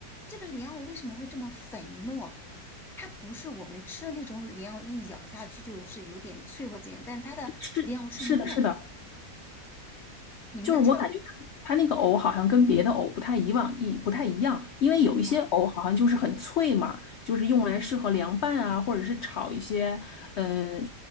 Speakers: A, in the centre; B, on the left.
A: 这个莲藕为什么会这么粉糯？它不是我们吃的那种莲藕，一咬下去就是有点脆或怎样，但是它的莲藕是糯的，
B: 是是的，是的，
A: 你们的特
B: 就是我感觉它它那个藕好像跟别的藕不太以往一不太一样，因为有一些藕好像就是很脆嘛，
A: 不一样。
B: 就是用来适合凉拌啊，或者是炒一些嗯，